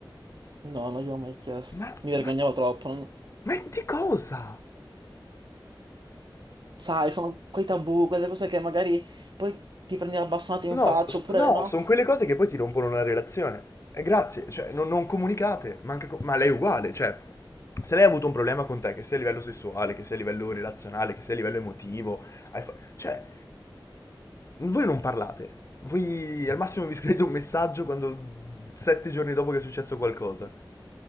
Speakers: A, on the right (about 65°); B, on the left (about 35°).
A: No, non gliel'ho mai chiesto.
B: Ma,
A: Mi vergognavo
B: ma,
A: troppo. non-
B: ma di cosa?
A: Sai, sono quei tabù, quelle cose che magari poi ti prendi la bastonata in
B: No,
A: faccia,
B: s-
A: oppure
B: no,
A: no,
B: sono quelle cose che poi ti rompono una relazione. E grazie, cioè, non, non comunicate, ma, anche co- ma lei è uguale, cioè, se lei ha avuto un problema con te, che sia a livello sessuale, che sia a livello relazionale, che sia a livello emotivo, hai fa- cioè, voi non parlate, voi al massimo vi scrivete un messaggio quando sette giorni dopo che è successo qualcosa.